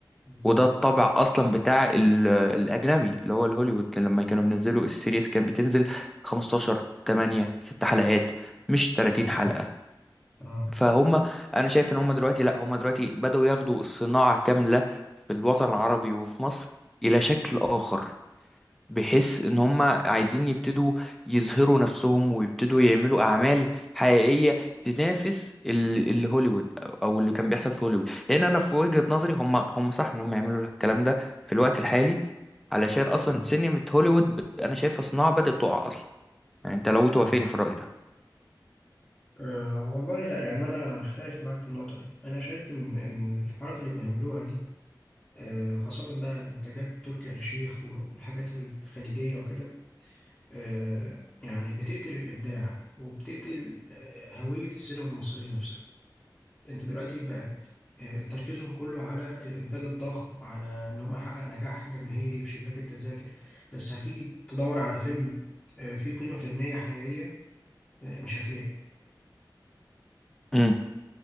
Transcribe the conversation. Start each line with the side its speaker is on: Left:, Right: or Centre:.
Left: بالظبط
Centre: وده الطبع اصلا بتاع ال- الاجنبي اللي هو الهوليوود لما كانوا بينزلوا السيريز كان بتنزل 15 8 6 حلقات مش 30
Left: بالظبط
Centre: حلقة
Left: اه
Centre: فهم انا شايف ان هم دلوقتي لا هم دلوقتي بدأوا ياخدوا الصناعة كاملة في الوطن العربي وفي مصر الى شكل اخر بحيث ان هم عايزين يبتدوا يظهروا نفسهم ويبتدوا يعملوا اعمال حقيقية تنافس ال- الهوليوود او اللي كان بيحصل في هوليوود لان انا في وجهة نظري هم هم صح ان هم يعملوا الكلام ده في الوقت الحالي علشان اصلا
Left: مم.
Centre: سينما هوليوود ب- انا شايفها صناعة بدأت تقع اصلا يعني انت لو توافقني
Left: تمام
Centre: في الرأي ده
Left: أه والله لا يعني أنا أختلف معاك في النقطة دي أنا شايف إن إن الحركة اللي بيعملوها دي أه وخاصة بقى إنتاجات تركي آل الشيخ والحاجات الخليجية وكده آه، يعني بتقتل الإبداع وبتقتل آه، هوية السينما المصرية نفسها أنت دلوقتي بقت آه، تركيزهم كله على الإنتاج الضخم على إن هم يحقق نجاح جماهيري في شباك التذاكر بس هتيجي تدور على فيلم آه، فيه قيمة فنية حقيقية آه، مش هتلاقي
Centre: امم